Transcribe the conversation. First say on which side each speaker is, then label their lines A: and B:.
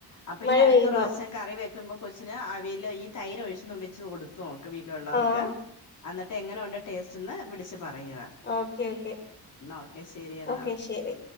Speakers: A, on the left; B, on the left.
A: അപ്പൊ ഇനി
B: മഴ
A: അടുത്ത
B: പെയ്യുമ്പോ
A: പ്രാവശ്യം കറി വെക്കുമ്പോ കൊച്ചിന് അവിയൽ ഈ തൈര് ഒഴിച്ചും വെച്ച് കൊടുത്തു നോക്ക് വീട്ടിലുള്ളവർക്ക്
B: ആഹ്
A: അന്നട്ട് എങ്ങനെ ഉണ്ട് ടേസ്റ്റന്ന് വിളിച്ച് പറയണം
B: ഓക്കെ ഓക്കെ
A: ഓക്കെ ശരി എന്നാ
B: ഓക്കെ ശരി